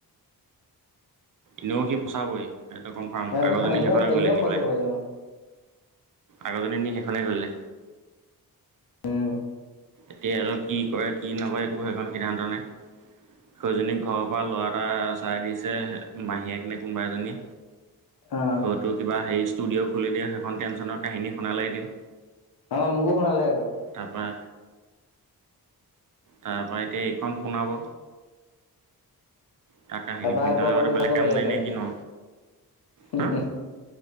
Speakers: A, on the right; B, on the left.
A: এনেও সি ফচাবই এইটো কনফাৰ্ম
B: অ
A: আগৰজনী
B: এনেও
A: সেইখনে
B: এনেও
A: কৰিলে নি
B: ফচাব
A: পেলাই
B: ই অ
A: আগজনী নি সেইখনেই কৰিলে
B: উম
A: এতিয়াতো কি কৰে কি নকৰে একো সেইখন সিদ্ধান্ত নাই সেইজনীক ঘৰৰ পৰা ল'ৰা এটা চাই দিছে মাহীয়েক নে কোনোবা এজনীয়ে
B: অ
A: হয়তো কিবা হেৰি ষ্টুডিঅ' খুলি দিয়ে সেইখন টেনশ্যনৰ কাহিনী শুনালে এদিন
B: অ মোকো শুনালে হেটো
A: তাৰপৰা তাৰপৰা এতিয়া এইখন শুনাব তাৰ কাহিনী
B: তাৰপা
A: শুনি
B: আকৌ
A: থকাৰ
B: <unintelligible>
A: আগতে
B: চা আকৌ
A: কাম
B: বেলেগ
A: নাই
B: এজনি
A: নে কিনো
B: হো
A: হা
B: হো